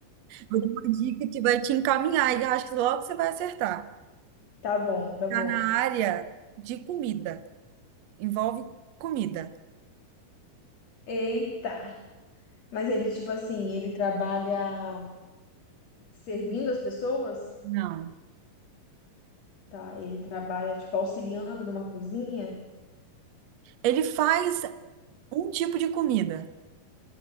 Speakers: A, on the right (about 70°); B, on the left (about 50°).
A: Vou dar uma dica que vai te encaminhar e eu acho que logo você vai acertar.
B: Tá bom, tá bom.
A: Tá na área de comida. Envolve comida.
B: Eita! Mas ele, tipo assim, ele trabalha servindo as pessoas?
A: Não.
B: Tá, ele trabalha, tipo, auxiliando numa cozinha?
A: Ele faz um tipo de comida,